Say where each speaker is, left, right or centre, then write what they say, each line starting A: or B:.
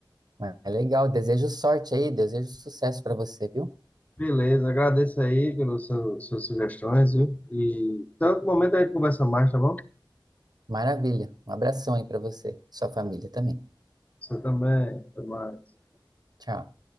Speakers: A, on the right; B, on the left.
A: Mas É legal. Desejo sorte aí, desejo sucesso para você, viu?
B: Beleza, agradeço aí pelas su- suas sugestões, viu? E tanto momento a gente conversa mais, tá bom?
A: Maravilha. Um abração aí para você, sua família também.
B: Você também, até mais.
A: Tchau.